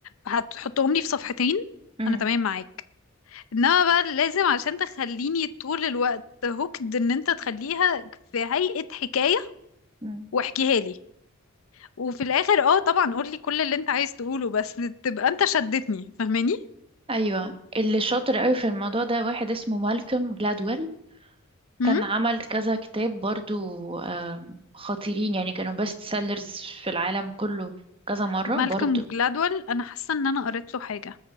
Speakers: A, on the left; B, on the right.
A: هتحطهم لي في صفحتين
B: مم.
A: انا تمام معاك انما بقى لازم عشان تخليني طول الوقت هوكد ان انت تخليها في هيئة حكاية
B: مم.
A: واحكيها لي وفي الاخر اه طبعا قول لي كل اللي انت عايز تقوله بس تبقى انت شدتني فاهماني
B: أيوة اللي شاطر قوي في الموضوع ده واحد اسمه مالكوم جلادويل
A: امم
B: كان عمل كذا كتاب برضو آم، خطيرين يعني كانوا بيست سيلرز في العالم كله كذا مرة
A: مالكم
B: برضو
A: جلادويل انا حاسه ان انا قريت له حاجه